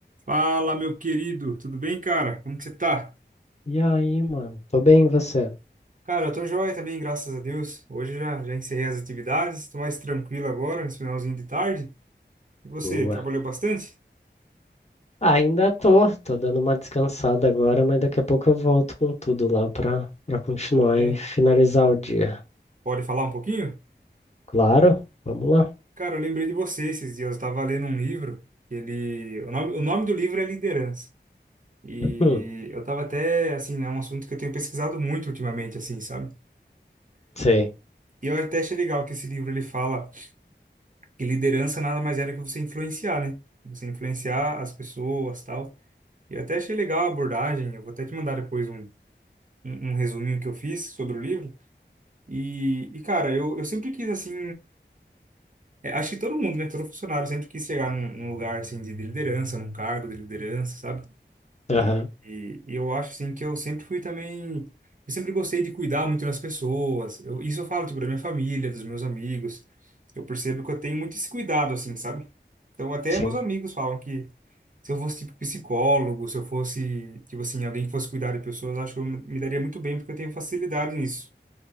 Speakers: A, on the right; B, on the left.
A: Fala, meu querido, tudo bem, cara? Como que você tá?
B: E aí, mano? Tô bem, e você?
A: Cara, eu tô joia também, graças a Deus. Hoje já, já encerrei as atividades, tô mais tranquilo agora, nesse finalzinho de tarde. E você,
B: Boa.
A: trabalhou bastante?
B: Ainda tô, tô dando uma descansada agora, mas daqui a pouco eu volto com tudo lá pra, pra continuar
A: Ah, é?
B: e finalizar o dia.
A: Pode falar um pouquinho?
B: Claro, vamos lá.
A: Cara, eu lembrei de você esses dias, eu tava lendo um livro, ele... O nome, o nome do livro é Liderança. E
B: Hum,
A: eu tava até, assim, é um assunto que eu tenho pesquisado muito ultimamente, assim, sabe?
B: sei.
A: E eu até achei legal que esse livro, ele fala que liderança nada mais é do que você influenciar, né? Você influenciar as pessoas, tal. E até achei legal a abordagem, eu vou até te mandar depois um, um, um resuminho que eu fiz sobre o livro. E, e cara, eu, eu sempre quis, assim, é, acho que todo mundo, né, todo funcionário sempre quis chegar num, num lugar, assim, de, de liderança, num cargo de liderança, sabe?
B: Aham,
A: E, e, e eu acho, assim, que eu sempre fui também, eu sempre gostei de cuidar muito das pessoas. Eu, isso eu falo, tipo, da minha família, dos meus amigos. Eu percebo que eu tenho muito esse cuidado, assim, sabe? Então, até
B: sim.
A: meus amigos falam que se eu fosse tipo psicólogo, se eu fosse, tipo assim, alguém que fosse cuidar de pessoas, acho que eu me me daria muito bem, porque eu tenho facilidade nisso.